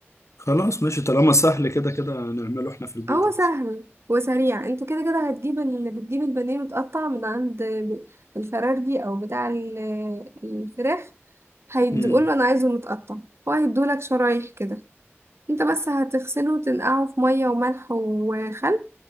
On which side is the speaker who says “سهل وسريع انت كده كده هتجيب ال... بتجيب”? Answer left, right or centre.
Right